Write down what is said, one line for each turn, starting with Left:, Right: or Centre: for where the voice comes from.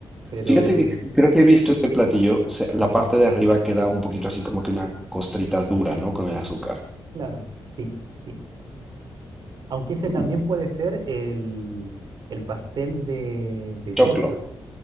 Right: Pero
Centre: Fíjate que creo que he visto este platillo, se- la parte de arriba queda un poquito así como que una costrita dura, ¿no? Con el azúcar.
Right: Claro, sí, sí. Aunque ese
Centre: Mm,
Right: también puede ser el, el pastel de, de
Centre: choclo.
Right: choclo.